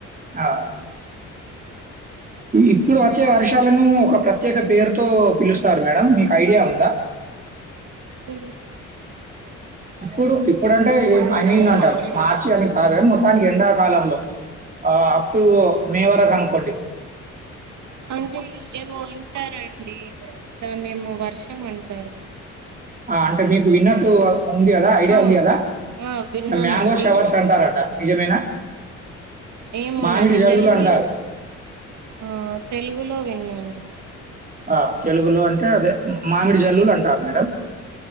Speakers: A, on the right; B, on the right.
A: ఆ ఇప్పుడు వచ్చే వర్షాలను ఒక ప్రత్యేక పేరుతో పిలుస్తారు మేడం మీకు ఐడియా ఉందా!
B: ఉ
A: ఇప్పుడు ఇప్పుడంటే ఏం
B: కూడా
A: ఐ మీన్ అంటా మార్చి అని కాదు కానీ మొత్తానికి ఎండాకాలంలో ఆ అప్ టు మే వరకు అనుకోండి.
B: అంటే ఏమో అంటారండి దాన్ని ఏమో వర్షం అంటారు!
A: ఆ అంటే మీకు విన్నట్టు ఉంది కదా ఐడియా
B: ఆ
A: ఉంది కదా!
B: ఆ విన్నానండి
A: మ్యాంగో షవర్స్ అంటారట నిజమేనా?
B: ఏమోనండి
A: మామిడి జల్లులంటారు.
B: తెలుగులో ఆ తెలుగులో విన్నాను.
A: ఆ తెలుగులో అంటే అదే మామిడి జల్లులు అంటారు మేడం.